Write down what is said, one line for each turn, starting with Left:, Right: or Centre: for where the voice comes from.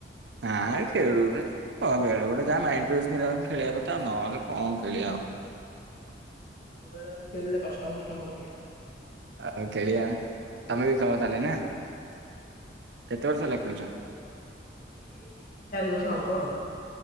Right: ନାଇଁ ଖେଳୁନି କଁ ବେଳେ ବେଳେ ଯାହା ମାଇଣ୍ଡ ଫ୍ରେସ୍ ଖେଳିବା ପାଇଁ କଥା ଆଉ ନହେଲେ କଣ ଖେଳିବା ଆଉ।
Left: ହଁ ବା ଆଉ ବେଳେ ବେଳେ ଖେଳିଲେ କଷ୍ଟମ ଫଷ୍ଟମ ପକେଇବା ଆଉ।
Right: ଆଉ ଖେଳିବା
Left: ହଁ
Right: ତମେ ବି ଖେଳ ତାହେଲେ ନା କେତେ
Left: ଆଉ ଖେଳୁ ବା
Right: ବର୍ଷ ହେଲା ଖେଳୁଚ।
Left: ମୁଁ ସେଇ ତିନି ଚାରି ବର୍ଷ ହବ ଆଉ।